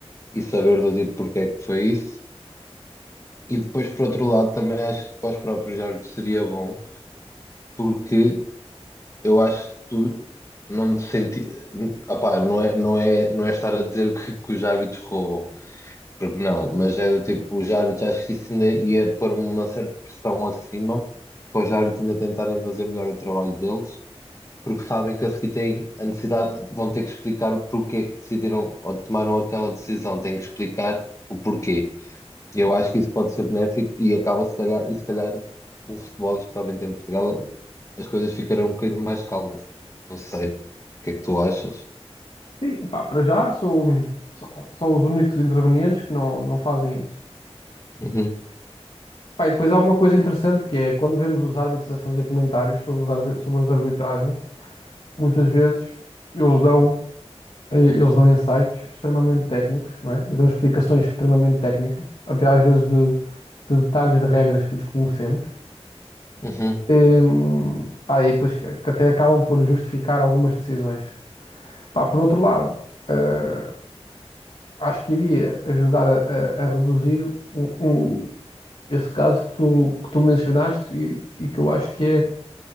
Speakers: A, on the left; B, on the left.
A: e saber do tipo porque é que foi isso. E depois, por outro lado, também acho que para os próprios árbitros seria bom, porque eu acho que tu não te senti... Opá, não é, não é, não é estar a dizer que, que os árbitros roubam, Porque não, mas é do tipo, os árbitros, acho que isso ainda ia pôr uma certa pressão acima para os árbitros ainda tentarem fazer melhor o trabalho deles, porque sabem que a seguir têm a necessidade, vão ter que explicar o porquê é que decidiram ou tomaram aquela decisão, têm que explicar o porquê. Eu acho que isso pode ser benéfico e acaba se calhar, e se calhar o futebol, especialmente em Portugal, as coisas ficarão um bocadinho mais calmas. Não sei. O que é que tu achas?
B: Sim, epá, para já sou, sou, sou os únicos intervenientes que não, não fazem isso.
A: Uhum,
B: Pá, e depois há uma coisa interessante que é quando vemos os árbitros a fazer comentários sobre, os arbi- sobre as arbitragens, muitas vezes eles dão, eh, eles dão insights extremamente técnicos, não é? E dão explicações extremamente técnicas, até às vezes de, de detalhes de regras que desconhecemos.
A: uhum,
B: Em, pá, e depois que que até acabam por justificar algumas decisões. Pá, por outro lado, eh, acho que iria ajudar a, a- a reduzir um- um- esse caso que tu, que tu mencionaste e, e que eu acho que é